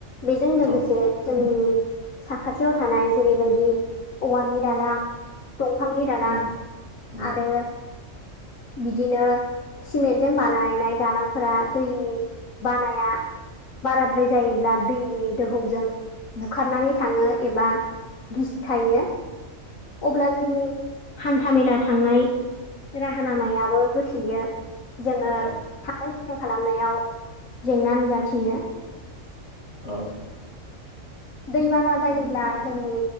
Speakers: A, on the left; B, on the left.
A: बेजों लोगोसे
B: औ
A: जोंनि साखाथियाव थानाय जेरैबायदि औवानि दालां दंफांनि दालां
B: उम उम
A: आरो बिदिनो सिमेन्टजों बानायनाय दालां फोरा दैनि बानाया बाराद्राय जायोब्ला दै दोहौजों बुखारनानै थाङो एबा गिसिखायो। अब्ला जोंनि हान्था मेला थांनाय राहा लामायाबो गोथैयो जोङो थांलाय
B: औ
A: फैलाय खालामनायाव जेंना नुजाथियो
B: औ
A: दैबाना जायोब्ला जोंनि